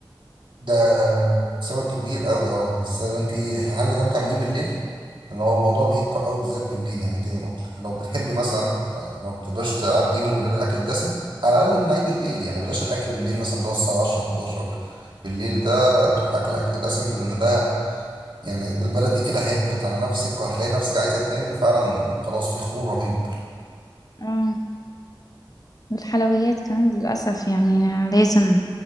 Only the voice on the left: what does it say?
آه والحلويات كمان للأسف يعني لازم